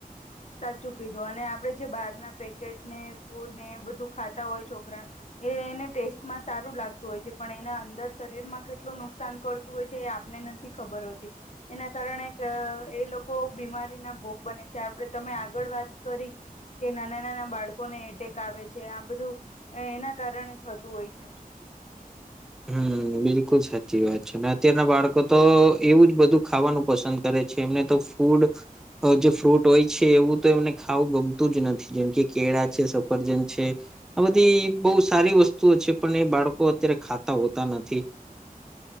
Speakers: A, on the left; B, in the centre.
A: સાચું કીધું અને આપણે જે બહાર ના પેકેટ ને ફૂડ ને એ બધું ખાતા હોય છોકરા. એ એને ટેસ્ટમાં સારું લાગતું હોય છે પણ એને અંદર શરીરમાં કેટલું નુકસાન કરતું હોય છે એ ને નથી ખબર હોતી, એના કારણે એ લોકો બીમારી ના ભોગ બને છે તમે આગળ વાત કરી કે નાના નાના બાળકોને એટેક આવે છે આ બધું, એના કારણે થતું હોય છે.
B: <inaudible> હમ બિલકુલ સાચી વાત છે અને અત્યારના બાળકો તો એવું જ બધું ખાવાનું પસંદ કરે છે એમને તો ફૂડ અ જે ફ્રૂટ હોય છે એવું તો એમને ખાવું ગમતું જ નથી જેમ કે કેળા છે સફરજન છે. આ બધી બોવ સારી વસ્તુઓ છે પણ એ બાળકો અત્યારે ખા તા હોતા નથી.